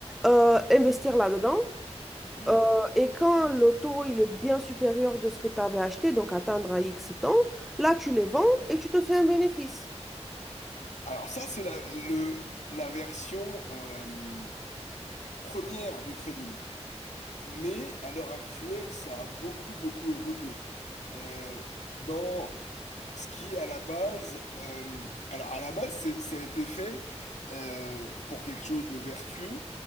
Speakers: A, in the centre; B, on the left.
A: euh, investir là-dedans.
B: oui.
A: euh, et quand le taux il est bien supérieur de ce que tu avais acheté, donc attendre à X temps, là tu les vends et tu te fais un bénéfice.
B: Alors ça, c'est la, le, la version euh, première du trading. Mais à l'heure actuelle, ça a beaucoup, beaucoup évolué. Euh, dans ce qui, à la base, euh, alors à la base, c'est- ça a été fait euh, pour quelque chose de vertueux.